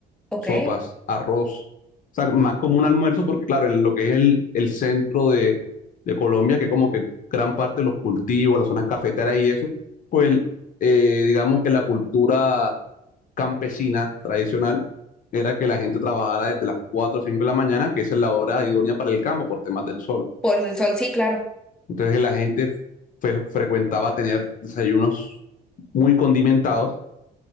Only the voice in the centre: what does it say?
ok.
Por el sol, sí, claro.